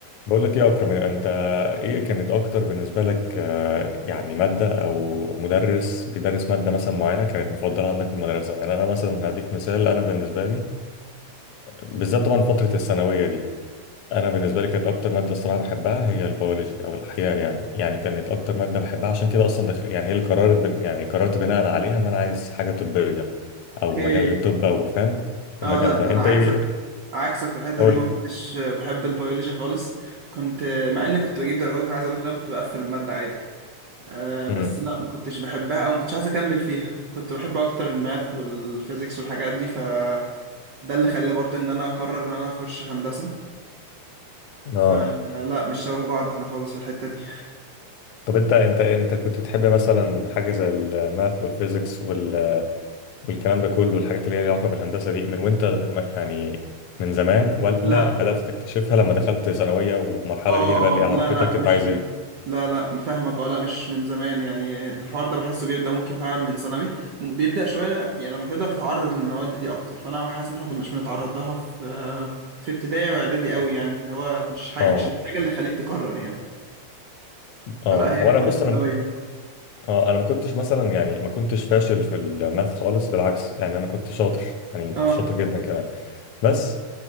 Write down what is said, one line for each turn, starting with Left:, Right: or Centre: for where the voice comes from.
Left: بقول لك ايه يا اكرم انت ايه كانت اكتر بالنسبه لك آه، يعني ماده او مدرس بيدرس ماده مثلا معينه كانت مفضله عندك في المدرسه يعني انا مثلا هديك مثال انا بالنسبه لي بالذات طبعا فتره الثانويه دي انا بالنسبه لي كانت اكتر ماده الصراحه بحبها هي البيولوجي او الاحياء يعني يعني كانت اكتر ماده بحبها عشان كده اصلا دخ... يعني هي اللي قررت بن... يعني قررت بناء عليها ان انا عايز حاجه طبيه او
Right: اوكي
Left: مجال الطب او فاهم
Right: اه
Left: المجال
Right: لا ده
Left: ده انت
Right: انا عكسك
Left: ايه
Right: عكسك في الحته
Left: قول
Right: دي ما كنتش بحب البيولوجي خالص كنت مع اني كنت بجيب درجات عايز اقول لك إن انا كنت بقفل الماده عادي آه بس
Left: امم
Right: لا ما كنتش بحبها او ما كنتش عايز اكمل فيها كنت بحب اكتر الماث والفيزيكس والحاجات دي فده اللي خلى برضو ان انا اقرر ان انا اخش هندسه فلا
Left: اه
Right: مش شبه بعض احنا خالص في الحته دي
Left: طب انت انت انت كنت بتحب مثلا حاجه زي الماث والفيزيكس وال والكلام ده كله الحاجات اللي هي ليها علاقه بالهندسه دي من وانت ما- يعني من زمان ولا
Right: لا
Left: بدات تكتشفها لما دخلت ثانويه والمرحله
Right: اه
Left: دي هي اللي بقى اللي
Right: اه
Left: عرفتك
Right: لا لا مش
Left: انت عايز
Right: من
Left: ايه
Right: لا لا فاهمك اه لا مش من زمان يعني الحوار ده بحسه بيبدأ ممكن فعلا من ثانوي بيبدأ شوية يعني لما تبدأ تتعرض للمواد دي أكتر فأنا حاسس إن احنا كناش بنتعرض لها في في ابتدائي وإعدادي قوي يعني اللي هو مش حاجة
Left: اه
Right: مش الحاجة اللي خليك تكرر يعني
Left: اه
Right: فلا هي
Left: هو
Right: فترة
Left: انا بص
Right: ثانوية
Left: انا اه انا ما كنتش مثلا يعني ما كنتش فاشل في الماث خالص بالعكس يعني انا كنت شاطر يعني كنت
Right: اه
Left: شاطر جدا كمان بس